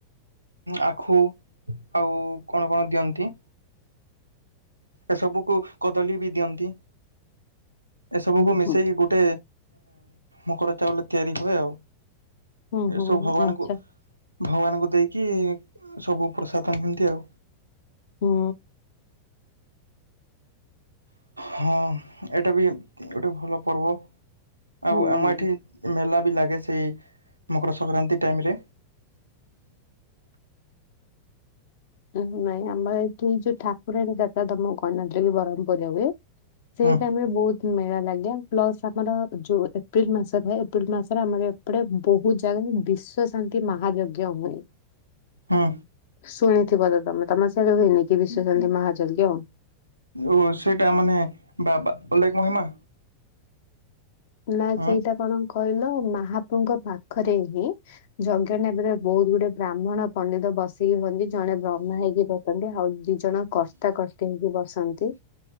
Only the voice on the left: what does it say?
ହୁଁ
ହୁଁ
ହୁଁ ହୁଁ
ଆଚ୍ଛା।
ହୁଁ।
ହୁଁ
ହୁଁ ନାଇଁ ଆମର ଏଇଠି ଏଇ ଯୋଉ ଠାକୁରାଣୀ ଯାତ୍ରା ତମ କହିଣନଥିଲ କି ବ୍ରହ୍ମପୁରରେ ହୁଏ। ସେଇଟ
ଆମେ ବହୁତ ମେଳା ଲାଗେଉ ପ୍ଲସ ଆମର ଯୋଉ ଏପ୍ରିଲ ମାସ ଥାଏ ଏପ୍ରିଲ ମାସରେ ଆମର ଏପଟେ ବହୁତ ଜାଗା ବିଶ୍ୱ ଶାନ୍ତି ମହାଯଜ୍ଞ ହୁଏ।
ଶୁଣିଥିବ ତ ତମେ ତମ ସିଆଡ଼େ ହୁନି କି ବିଶ୍ୱଚଧୀ ମହଜଜ୍ଞ
ନା
ସେଇଟା କଣ କହିଲ ମହାପ୍ରଭୁଙ୍କ ପାଖରେ ହୁଏ। ଯଜ୍ଞ ବହୁତ ଗୁଡେ ବ୍ରାହ୍ମଣ ପଣ୍ଡିତ ବସ। ହୁନ୍ତି ଜଣେ ବ୍ରହ୍ମା ହେଇକି ବସନ୍ତି ଆଉ ଦି ଜଣ କଷ୍ଟା କଷ୍ଟ ହେଇକି ବସନ୍ତି